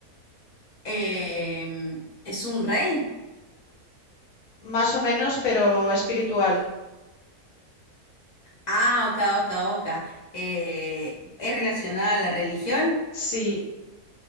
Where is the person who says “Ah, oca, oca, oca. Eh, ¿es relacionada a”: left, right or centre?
Left